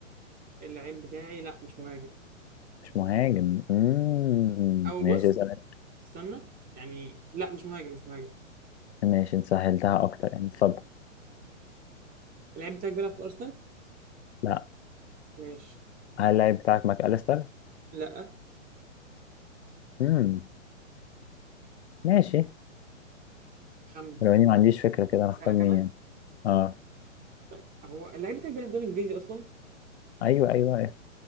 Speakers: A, on the right (about 20°); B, on the left (about 55°).
A: اللعيب بتاعي لا مش مهاجم
B: مش مهاجم مم.
A: او
B: ماشي
A: بص
B: اسأل أنت.
A: استنى يعني لا مش مهاجم مش مهاجم
B: ماشي انت سهلتها اكتر يعني اتفضل
A: اللعيب بتاعك بيلعب في ارسنال؟
B: لا
A: ماشي
B: هل اللعيب بتاعك ماك أليستر
A: لا
B: مم. ماشي
A: خم
B: ولو اني ما عنديش فكرة كده انا اختار
A: اسالك
B: مين
A: انا
B: يعني اه
A: طيب هو اللعيب بتاعك بيلعب في الدوري الانجليزي اصلا؟
B: ايوه ايوه ايوه